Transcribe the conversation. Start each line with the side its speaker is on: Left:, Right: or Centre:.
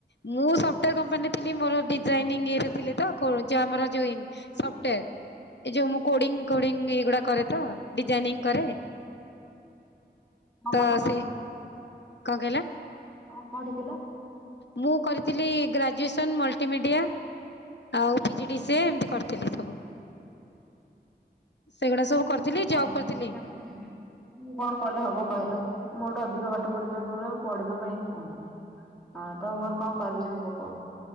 Left: ମୁଁ ସଫ୍ଟାର କମ୍ପାନୀରେ ଥିଲି ମୋର ଡିଜାଇନିଂ ଇଏରେ ଥିଲେ ତ କରୁଜ ଆମର ଜଇନ। ସଫ୍ଟୟାର ଏଇ ଯୋଉ ମୁଁ କୋଡିଙ୍ଗ, କୋଡିଙ୍ଗ ଏଇଗୁଡା କରେ ତ ଡିଜାଇନିଂ କରେ।
Centre: କଣ
Left: ତ
Centre: ପାଠ ପଢିଥିଲ
Left: ସେ କଣ କହିଲ?
Centre: କଣ ପଢିଥିଲ?
Left: ମୁଁ କରିଥିଲି ଗ୍ରାଜୁଏସନ ମଲ୍ଟିମିଡ଼ିଆ। ଆଉ ପିଜି ଡି ସି ଏ ଏମିତି କରିଥିଲି ସବୁ। ସେଗୁଡା ସବୁ କରିଥିଲି
Centre: ମ ଠୁ
Left: ଜବ୍
Centre: ଅଧିକ
Left: କରିଥିଲି
Centre: ପାଠ ପଢିଛ। ମୁଁ କଣ କଲେ ହବ କହିଲ? ମ ଠୁ ଅଧିକ ପାଠ ପଢ଼ିଛ ମୋର ଆଉ ପଢିବା ପାଇଁ ଇଚ୍ଛା ନାହିଁ। ହଁ ତ ମୋର କଣ କଲି କୁହ?